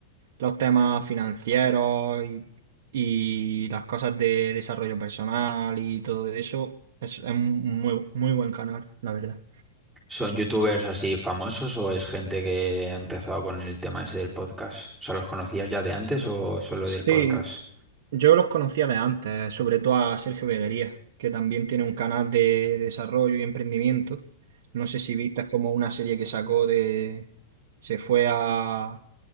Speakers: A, on the right; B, in the centre.
A: los temas financieros y, y las cosas de desarrollo personal y todo eso. Es, es un muy, muy buen canal, la verdad.
B: ¿Son youtubers así famosos o es gente que ha empezado con el tema ese del podcast? O sea, ¿los conocías ya de antes o solo del podcast?
A: Sí, yo los conocía de antes, sobre todo a Sergio Beguería, que también tiene un canal de desarrollo y emprendimiento. No sé si viste es como una serie que sacó de... Se fue a,